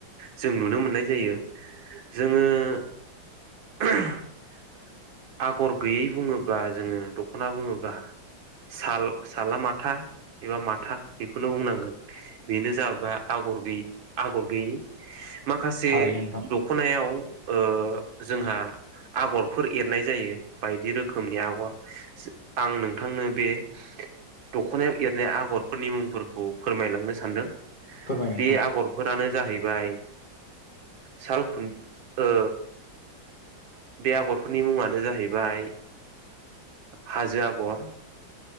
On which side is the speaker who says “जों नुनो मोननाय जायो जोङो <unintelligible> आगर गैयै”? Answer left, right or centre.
Right